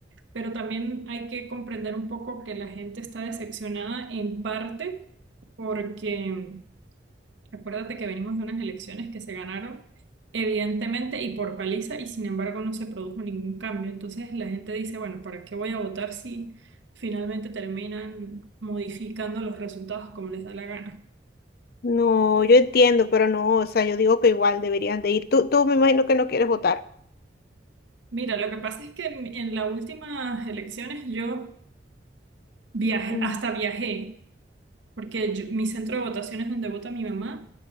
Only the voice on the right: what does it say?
Pero también hay que comprender un poco que la gente está decepcionada en parte porque... Acuérdate que venimos de unas elecciones que se ganaron evidentemente y por paliza y sin embargo no se produjo ningún cambio. Entonces la gente dice, bueno, ¿para qué voy a votar si finalmente terminan modificando los resultados como les da la gana?
Mira, lo que pasa es que en, en las últimas elecciones yo viajé,
hasta viajé, porque yo- mi centro de votación es donde vota mi mamá